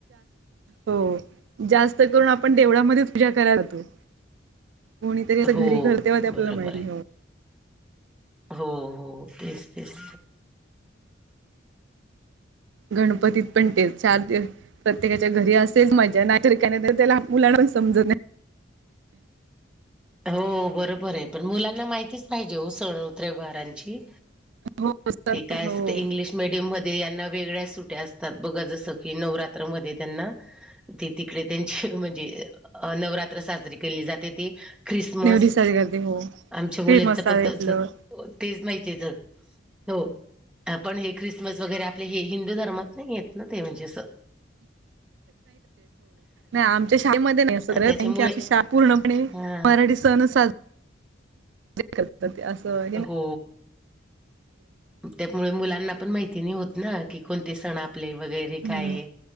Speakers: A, on the right (about 70°); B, in the centre.
A: हो जास्त करून आपण देवळामध्येच पूजा करायला होतो. कोणीतरी अस
B: हो
A: घरी घरतेवा आपल्याला
B: बरोबर
A: माहिती
B: आहे हो हो तेच तेच
A: गणपतीत पण ते चार दिवस त्यकाच्या घरी असेच मजा नाही त्याला मुलाना समज नाही
B: हो बरोबर आहे पण मुलांना माहितीच पाहिजे हो सण उतरे वहारांची
A: हो
B: ते काय असतं
A: हो
B: तर इंग्लिश मिीडियममध्ये यांना वेगळ्या सुट्या असतात बघा जसं की नवरात्रमध्ये त्यांना ते तिकडे त्यांची म्हणजे अ नवरात्र साजरी केली जाते ती ख्रिसमस
A: नेवरी साजरी करते हो
B: आमच्या मुलांचं
A: ते मसाले
B: पण तसं
A: आपलं
B: हो तेच माहिती तर हो पण हे ख्रिसमस वगैरे आपले हे हिंदू धर्मात नाही आहेतेत ना ते म्हणजे अस
A: आमच्या शाळेमध्ये नाही
B: त्याच्यामुळे
A: आची श पूर्णपणे
B: हा
A: मराठी सन सजरी असल
B: हो त्यामुळे मुलांना पण माहिती नाही होत ना की कोणते सण आपले वगैरे
A: हम्म
B: काय